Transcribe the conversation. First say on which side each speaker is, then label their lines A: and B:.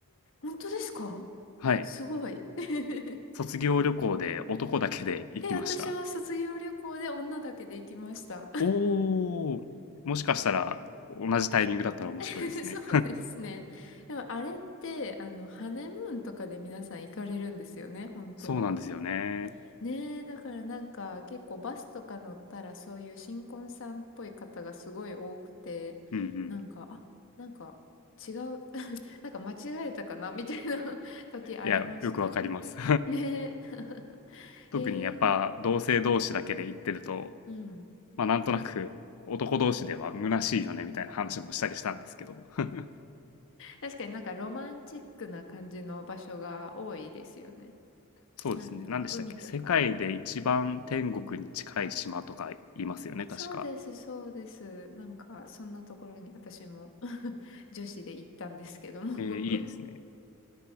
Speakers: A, on the left; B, on the left.
A: 本当ですか
B: はい
A: すごい。<laughs>
B: 卒業旅行で男だけで行きました
A: え、私は卒業旅行で女だけで行きました。
B: おおもしかしたら同じタイミングだったら面白いですね
A: <laughs> そうですね。でもあれって、あの、ハネムーンとかで皆さん行かれるんですよね、
B: <laughs>
A: 本当は。
B: そうなんですよね
A: ねえ、だからなんか結構バスとか乗ったらそういう新婚さんっぽい方がすごい多くて、
B: うんうん
A: なんか、あ、なんか違う、<laughs> なんか間違えたかなみたいな <laughs> 時ありました。
B: いやよくわかります
A: ねえ。
B: <laughs>
A: <laughs>
B: 特にやっぱ同性同士だけで行ってると
A: えーうん。
B: まあ、なんとなく男同士では虚しいよねみたいな話もしたりしたんですけど <laughs>
A: 確かになんかロマンチックな感じの場所が多いですよね。
B: そうですね何でしたっけ世界で一番天国に近い島とか言いますよね確か、
A: なんか海とか。うんあ、そうです、そうです。なんかそんなところに私も <laughs> 女子で行ったんですけども
B: えーいいですね